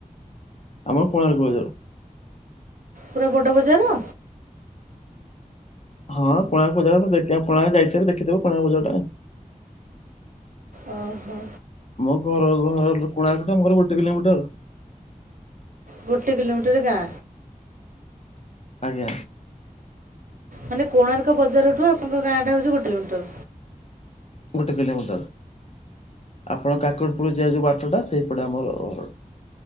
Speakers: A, on the left; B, on the right.
A: ଆମର କୋଣାର୍କ ବଜାର।
B: ପୁରା ବଡ଼ ବଜାର?
A: ହଁ କୋଣାର୍କ ବଜାର ଦେ କୋଣାର୍କ ଯାଇଥିବ ଦେଖିଥିବ କୋଣାର୍କ ବଜାର ଟା।
B: ଓହୋ।
A: ମୋ ଘର ଘର କୋଣାର୍କ ଠୁ ଆମ ଘର ଗୋଟେ କିଲୋମିଟର।
B: ଗୋଟେ କିଲୋମିଟରରେ ଗାଁ?
A: ଆଜ୍ଞା।
B: ମାନେ କୋଣାର୍କ ବଜାରଠୁ ଆପଣଙ୍କ ଗାଁଟା ହଉଛି ଗୋଟେ କିଲୋମିଟର?
A: ଗୋଟେ କିଲୋମିଟର। ଆପଣ କାକତପୁର ଯିବା ଯୋଉ ବାଟ ଟା ସେଇପଟେ ଆମର ଘର।